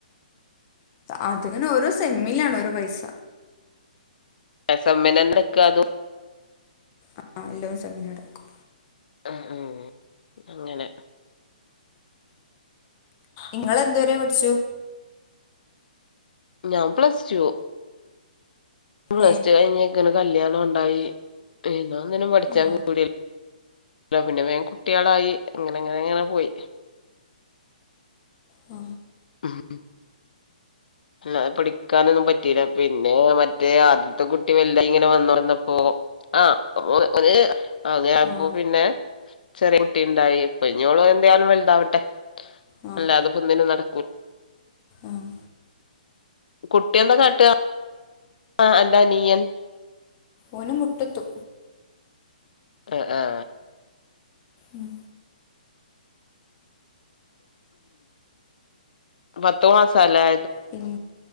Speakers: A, on the left; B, on the left.
A: അത്ങ്ങനെ ഓരോ സെമ്മിലാണ് ഓരോ പൈസ.
B: സെമ്മ്നെന്നെക്കാ അതും
A: ആ എല്ലും സെമ്മിനെടക്കും
B: ഉം ഉം അങ്ങനെ.
A: ഇങ്ങളെന്ത് വരെ പട്ച്ചൂ?
B: ഞാൻ plus two, plus
A: A
B: two കയിഞ്ഞ ങ്ങനെ കല്യാണം ണ്ടായി പിന്നൊന്നിനും പഠിച്ചാൻ
A: ആ
B: കൂടി ല്ല പിന്നെ വേം കുട്ട്യേളായി അങ്ങനെങ്ങനെങ്ങനെ പോയി
A: ആ.
B: ഉം. അല്ല അ പടിക്കാനൊന്നും പറ്റീല്ല പിന്നെ മറ്റേ ആദ്യത്തെ കുട്ടി വല്തായിങ്ങനെ വന്നു വന്നപ്പോ ആ അപ്പോ ഒരു അപ്പോ
A: ആ
B: പിന്നെ ചെറിയ ട്ടിണ്ടായി പ്പഞ്ഞോള് എന്തയാലും വെല്താവട്ടെ
A: ആഹ്
B: അല്ലാതെപ്പൊന്നിനു നട
A: ആഹ്
B: കുട്ട്യെന്താ കാട്ട ആ അൻ്റനീയൻ
A: ഓന് മുട്ടത്തു
B: ആ ആ.
A: ഉം.
B: പത്ത് മാസാലേ
A: പിന്നെ